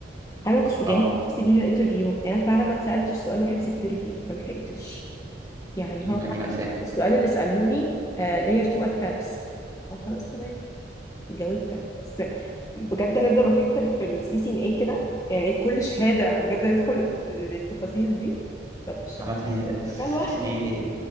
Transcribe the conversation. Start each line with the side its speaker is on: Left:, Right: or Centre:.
Left: انا ما كنتش بجهز
Right: اه
Left: نفسي ليه للانترفيو يعني أنا فعلا ما اتسالتش سؤال واحد سكيورتي ما لحقتش يعني
Right: دي
Left: هو فعلا
Right: دي مأساة
Left: السؤال اللي ساله لي لاير 2 اتاكس هو خلاص تمام جاوبتك بس بجد هنفضل واقفين في ال في السي سي ان اي كده يعني كل شهاده بجد هندخل للتفاصيل دي طب الشبكات
Right: عامة هي
Left: كنت
Right: السي
Left: بذاكرها لوحدي
Right: سي ان اي